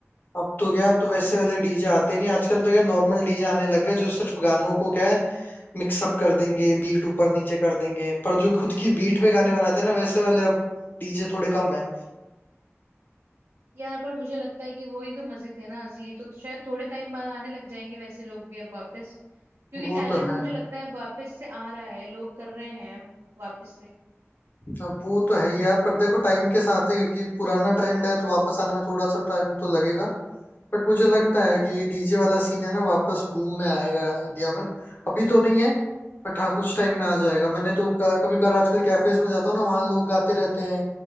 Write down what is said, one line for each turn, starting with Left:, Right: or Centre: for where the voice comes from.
Left: अब तो क्या अब तो वैसे वाले डीजे आते नहीं आजकल तो क्या नॉर्मल डीजे आने लग गए जो सिर्फ गानों को क्या है मिक्सअप कर देंगे बीट ऊपर नीचे कर देंगे पर जो खुद की
Right: हम्म
Left: बीट पे गाने बनाते हैं ना वैसे वाले अब डीजे थोड़े कम है
Right: यार पर मुझे लगता है कि वही तो मजे थे ना असली तो शायद थोड़े टाइम बाद आने लग जाएंगे वैसे लोग भी अब वापस क्योंकि
Left: वो
Right: टैलेंट
Left: तो है
Right: मुझे लगता है अब वापस से आ रहा है लोग कर रहे हैं अब वापस से
Left: अब वो तो है ही यार पर देखो टाइम के साथ है क्योंकि पुराना ट्रेंड है तो वापस आने में थोड़ा सा टाइम तो लगेगा बट मुझे लगता है कि
Right: हम्म
Left: ये डीजे वाला सीन है ना वापस बूम में आएगा इंडिया में अभी तो नहीं है बट हाँ कुछ
Right: हम्म
Left: टाइम में आ जाएगा मैंने तो क- कभी कभार आजकल कैफेज में जाता हूँ ना वहाँ लोग गाते रहते हैं